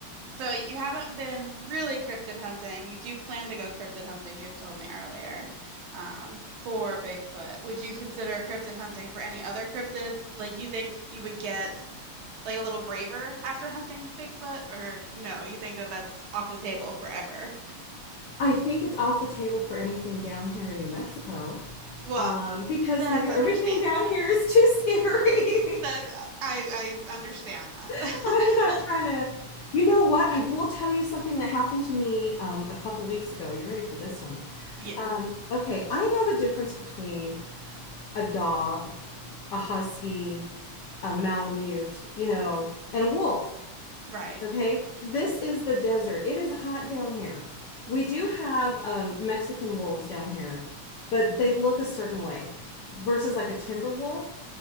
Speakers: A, on the right; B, on the left.
A: So you haven't been really cryptid hunting. You do plan to go cryptid hunting, you had told me earlier, um, for Bigfoot. Would you consider cryptid hunting for any other cryptids? Like you think you would get like a little braver after hunting Bigfoot, or no, you think that that's off the table forever?
B: I think it's off the table for anything down here in New Mexico
A: Well,
B: um, because
A: that's
B: there, <laughs>
A: understandable.
B: everything down here is too scary.
A: That I I understand that.
B: <laughs> I'm
A: <laughs>
B: not
A: Well,
B: trying to. You know what? I will tell you something that happened to me um, a couple weeks ago. You ready for this one?
A: yes.
B: Um, okay, I know the difference between a dog, a husky, a malamute, you know, and a wolf.
A: Mhm. Right.
B: Okay, this is the desert. It is hot down here.
A: hmm
B: We do have um, Mexican wolves down here, but
A: Okay.
B: they look a certain way versus like a timber wolf.